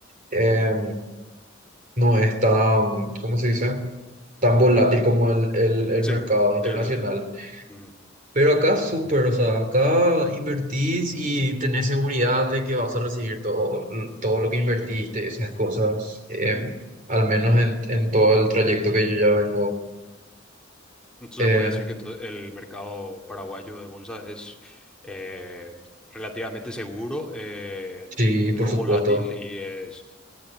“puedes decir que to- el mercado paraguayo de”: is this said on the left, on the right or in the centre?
Centre